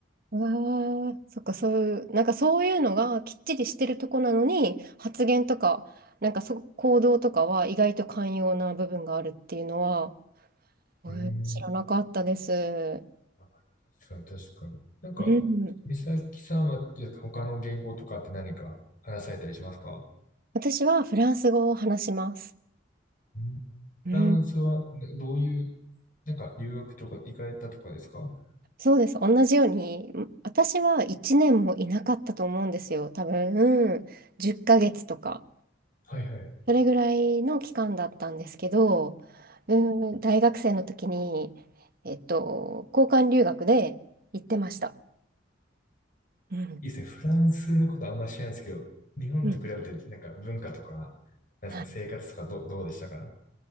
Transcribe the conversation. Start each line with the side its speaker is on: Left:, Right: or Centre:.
Right: わあ、そっか、そういう、なんかそういうのがきっちりしてるとこなのに、発言とか、なんかそ、行動とかは意外と寛容な部分があるっていうのは、えー知らなかったです。
Left: うーん。あ確かに確かに。なんか、
Right: うん。
Left: 美咲さんは他の言語とかって何か話されたりしますか
Right: 私はフランス語を話します。
Left: うん
Right: うん
Left: フランスはなどういう、なんか留学とか行かれたとかですかは
Right: そうです。同じように、私は1年もいなかったと思うんですよ。多分、うん10ヶ月とか、
Left: いはい
Right: それぐらいの期間だったんですけど、うん、大学生の時に、えっと、交換留学で行ってました。うん。
Left: いいですね。フランスのことあんま知らないですけど、日本と比べてなんか文化とか、
Right: うん
Left: なんですかね、
Right: はい
Left: 生活とかど、どうでしたか